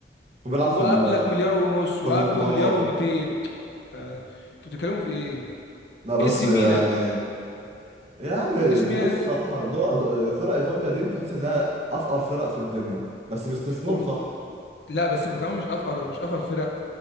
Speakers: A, on the right; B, on the left.
A: وبيلعب
B: وقابلك
A: في ال-
B: مليار ونص
A: في
B: وقابله
A: المؤتمرات
B: مليار
A: و-
B: و200 انتوا بتتكلموا في ايه؟
A: لا بس
B: اي سي
A: يعني
B: ميلان
A: يا عم
B: اي سي
A: ده
B: ميلان
A: بص
B: إيه؟
A: صراحه دو... دو... فرق ايطاليا دي تحس انها افقر فرق في الدنيا بس بيستثمروا
B: هم-
A: صح
B: لا بس هم كمان مش افقر مش افقر فرقة